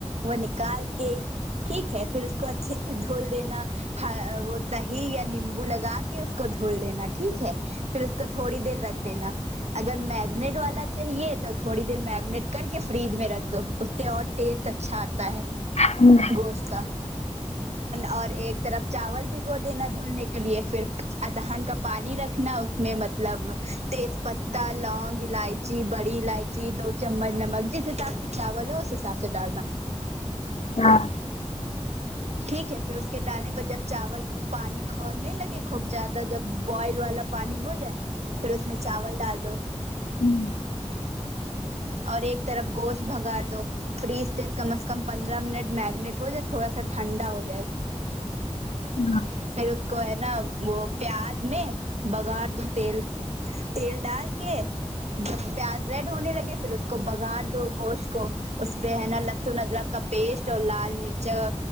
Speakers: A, on the right; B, on the left.
A: وہ نکال کے ٹھیک ہے پھر اس کو اچھے سے دھول دینا ہا وہ دہی یا نیمبو لگا کے اس کو دھول دینا ٹھیک ہے پھر اس کو تھوڑی دیر رکھ دینا اگر می میگنیٹ والا چاہیے تو تھوڑی دیر میگنیٹ کر کے فریج میں رکھ دو اسے اور ٹیسٹ اچھا تا ہے
B: ہمم
A: گوشت کا اور ایک طرف چاول بگو دینا دھلنے کے لیے پھر ادہان کا پانی رکھنا اس میں مطلب تیز پتہ لونگ ایلچی بڑی ایلچی چی دو چمچ نمک جس حساب سے چاول ہو اس حساب سے ڈالنا
B: ہاں
A: ٹھیک ہے پھر اس کے ڈالنے پر جب چاول پانی کھولنے لگے خوب زیادہ جب بوئل والا پانی ہو جائے پھر اس میں چاول ڈال دو
B: ہمم
A: اور ایک طرف گوشت بھگا دو فریج سے کم از کم پندرہ منٹ میگنیٹ ہو جائے تھوڑا سا ٹھنڈا ہو جائے
B: ھمم
A: پھر اس کو ہے نا وہ پیاز میں بگار دو تیل تیل ڈال کے جب پیاز ریڈ ہونے لگے پھر اس کو بگار دو گوشت کو اس پہ ہے نا لھ سن ادرک کا پیسٹ اور لال مرچا